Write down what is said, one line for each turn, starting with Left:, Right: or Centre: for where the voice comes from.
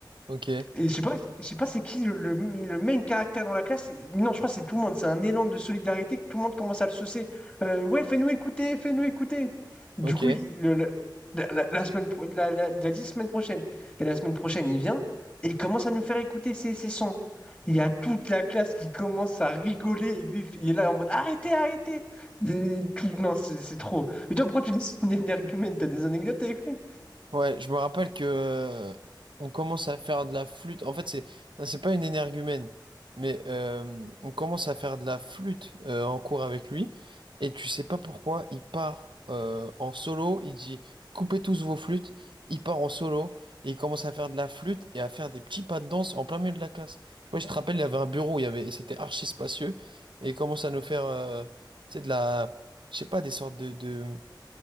Right: Ok,
Left: Et je sais pas, je sais pas c'est qui le, le- le main caractère dans la classe. Et- Non, je crois que c'est tout le monde. C'est un élan de solidarité que tout le monde commence à le saucer. Euh, ouais, fais-nous écouter, fais-nous écouter. Du
Right: ok.
Left: coup, il, le- le- la, la- la semaine, pro- la- la- il a dit semaine prochaine. Et la semaine prochaine, il vient et il commence à nous faire écouter ses, ses sons. Il y a toute la classe qui commence à rigoler et lui, il est là en mode arrêtez, arrêtez. Et tout- non, c'est c'est trop. Mais toi, pourquoi tu dis que c'est un <laughs> argument? T'as des anecdotes avec lui?
Right: Ouais, je me rappelle que euh, on commence à faire de la flûte. En fait, c'est c'est pas une énergumène, mais euh, on commence à faire de la flûte euh, en cours avec lui. Et tu sais pas pourquoi, il part euh, en solo. Il dit coupez tous vos flûtes. Il part en solo et il commence à faire de la flûte et à faire des petits pas de danse en plein milieu de la classe. Je sais pas, je te rappelle, il y avait un bureau, où il y avait, c'était archi spacieux et il commence à nous faire, euh, tu sais, de la, je sais pas, des sortes de de